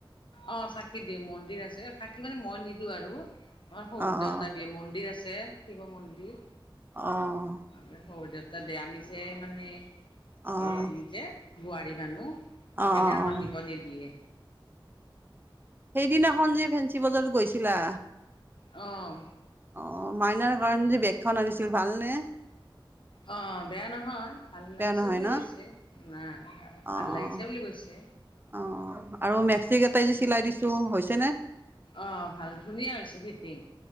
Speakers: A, on the left; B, on the right.
A: অ', চাকি দিওঁ মন্দিৰ আছে, চাকি মানে মই নিদিওঁ আৰু। আমাৰ শহুৰ
B: অঁ
A: দেউতাই
B: অঁ
A: দিয়ে, মন্দিৰ আছে শিৱ মন্দিৰ।
B: অ'।
A: শহুৰ দেউতা দিয়ে আমি যে মানে
B: অঁ
A: এই যে, বোৱাৰী মানুহ। সেইকাৰণে
B: অঁ অঁ
A: আমাক
B: অঁ
A: দিব নিদিয়।
B: সেইদিনাখন যে ফেঞ্চি বজাৰত গৈছিলা।
A: অ'।
B: অ', মাইনাৰ কাৰণে যে বেগখন আনিছিল ভালনে?
A: অ', বেয়া নহয়, ভাল লাগিছে
B: বেয়া নহয়
A: বুলি
B: ন
A: কৈছে নাই।
B: অঁ
A: ভাল লাগিছে বুলি কৈছে।
B: অ আৰু মেক্সিক কেটাই যে চিলাই দিছো হৈছে নে?
A: অঁ ভাল ধুনীয়া হৈছে ফিটিং